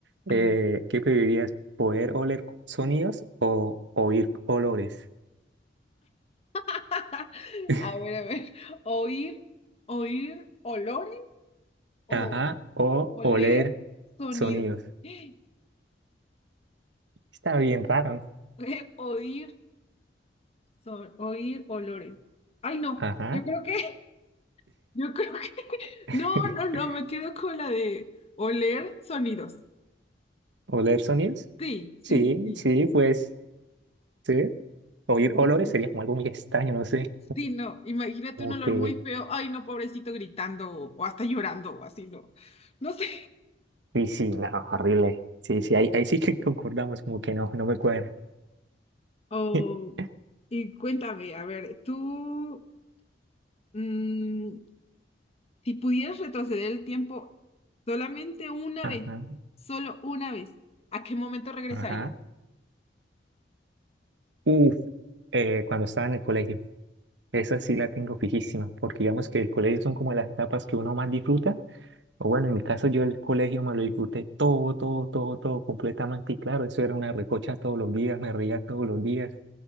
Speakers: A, on the right (about 70°); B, on the left (about 35°).
A: Eh,
B: A ver,
A: ¿qué preferirías? ¿Poder oler sonidos o oír olores?
B: <laughs>
A: <laughs>
B: a ver, a ver. Oír, oír olores o
A: Ajá. O
B: oler
A: oler
B: sonidos.
A: sonidos.
B: <gasps>
A: Está bien raro.
B: Eh, Oír So- oír olores. Ay, no,
A: Ajá.
B: yo creo que, <laughs> yo creo que,
A: <laughs>
B: no, no, no, me quedo con la de oler sonidos.
A: ¿Oler sonidos?
B: Sí, sí,
A: Sí,
B: sí, sí.
A: sí, pues sí. Oír olores
B: Y Pinky.
A: sería como algo muy extraño, no sé.
B: Sí, no, imagínate
A: Como
B: un olor
A: que...
B: muy feo. Ay, no, pobrecito gritando o, o hasta llorando o así, no. No sé.
A: Y sí, no, horrible. Sí, sí, ahí, ahí sí que <laughs> concordamos, como que no, no me cuadra.
B: Oh,
A: <laughs>
B: y cuéntame, a ver, tú, mm, si pudieras retroceder el tiempo solamente una
A: Ajá,
B: vez, solo una vez, ¿a qué momento regresarías?
A: ajá. Uf, eh, cuando estaba en el colegio, esa sí la tengo fijísima, porque digamos que el colegio son como las etapas que uno más disfruta O bueno, en mi caso yo el colegio me lo disfruté todo, todo, todo, todo completamente. Y claro, eso era una recocha todos los días, me reía todos los días.